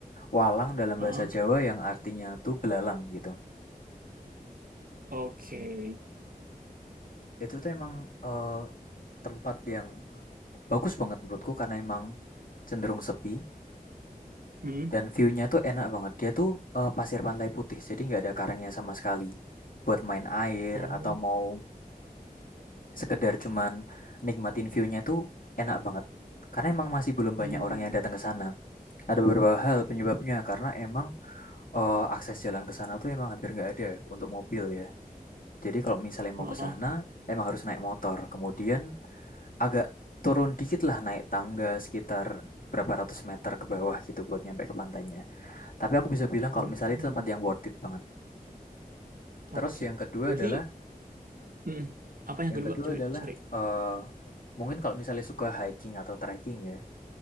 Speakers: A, on the left; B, on the right.
A: Walang dalam
B: ah
A: bahasa
B: oke
A: Jawa yang artinya tuh belalang gitu.
B: Okay.
A: Itu tuh emang eh, tempat yang bagus banget menurutku karena emang cenderung sepi
B: hmm
A: Dan view-nya tuh enak banget. Dia tuh eh, pasir pantai putih, jadi nggak ada karangnya sama sekali. Buat main air
B: oh
A: atau mau sekedar cuman nikmatin view-nya tuh enak banget. Karena emang masih belum banyak
B: hmm
A: orang yang datang ke sana. Ada beberapa hal penyebabnya karena emang eh, akses jalan ke sana tuh emang hampir nggak ada untuk mobil ya. Jadi kalau misalnya mau
B: ah
A: ke sana emang harus naik motor. Kemudian agak turun dikit lah naik tangga sekitar berapa ratus meter ke bawah gitu buat nyampe ke pantainya. Tapi aku bisa bilang
B: hmm
A: kalau misalnya itu tempat yang worth it banget. Terus
B: oke Okay.
A: yang kedua
B: berarti
A: adalah,
B: hmm apa yang
A: yang
B: kedua
A: kedua
B: sorry
A: adalah
B: sorry
A: eh mungkin kalau misalnya suka hiking atau trekking ya,